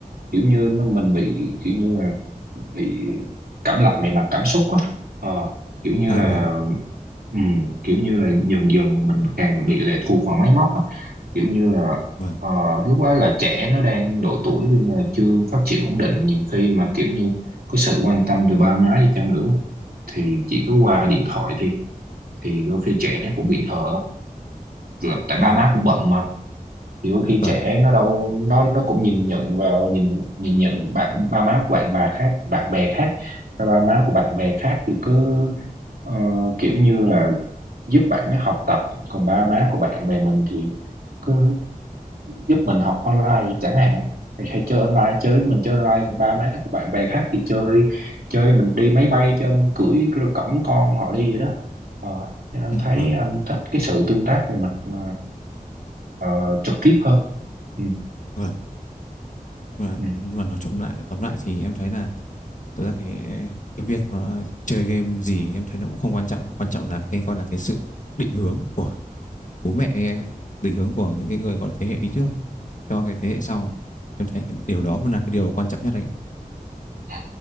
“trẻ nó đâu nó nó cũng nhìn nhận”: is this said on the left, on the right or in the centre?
Right